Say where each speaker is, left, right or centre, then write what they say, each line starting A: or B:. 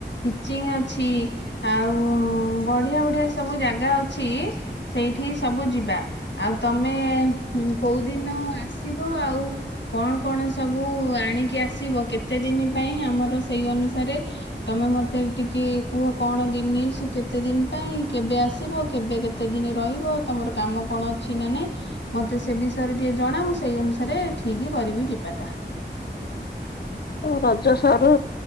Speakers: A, on the left (about 80°); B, on the left (about 60°).
A: ଚିଙ୍ଗ ଅଛି ଆଉ ବଢିଆ ବଢିଆ ସବୁ ଜାଗା ଅଛି ସେଇଠି ସବୁ ଯିବା ଆଉ ତମେ କୋଉ ଦିନ ଆସିବ ଆଉ କଣ କଣ ସବୁ ଆଣିକି ଆସିବ କେତେ ଦିନ ପାଇଁ ଆମର ସେଇ ଅନୁସାରେ ତମେ ମତେ ଟିକେ କୁହ କଣ ଦିନି ସେ କେତେ ଦିନ ପାଇଁ କେବେ ଆସିବ କେବେ କେତେ ଦିନ ରହିବ ତମର କାମ କଣ ଅଛି ନା ନାଇଁ ମତେ ସେ ବିଷୟରେ ଟିକେ ଜଣା ମୁଁ ସେଇ ଅନୁସାରେ ଠିକ କରିବି ଯିବି ବେଟା
B: ଓ ରଜ ସରୁ